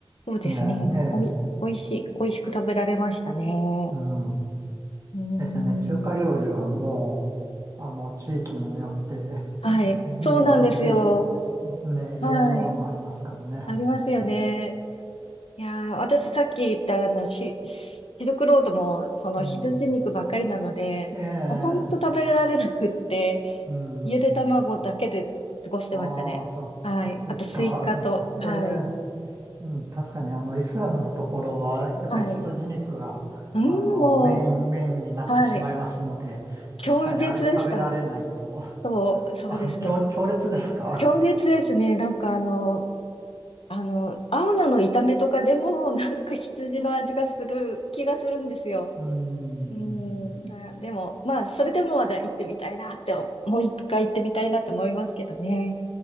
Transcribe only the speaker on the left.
そうですね。
おい、
おいしい、おいしく食べられましたね。
うん。
はい。
そうなんですよ。
はい。ありますよね。いやー、私さっき言ったあのシ、シシルクロードもその羊肉ばっかりなので、
もうほんと食べられなくって、
ゆで卵だけで過ごしてましたね。
はい。
あとスイカと、はい。
はい。うん、もう、
はい。強烈でした。
そう、そうですね。
強烈ですね。なんかあの、あの、青菜の炒めとかでも、なんか羊の味がする気がするんですよ。
うーん、あ、でも、まあ、それでもまだ行ってみたいなって、もう一回行ってみたいなって思いますけどね。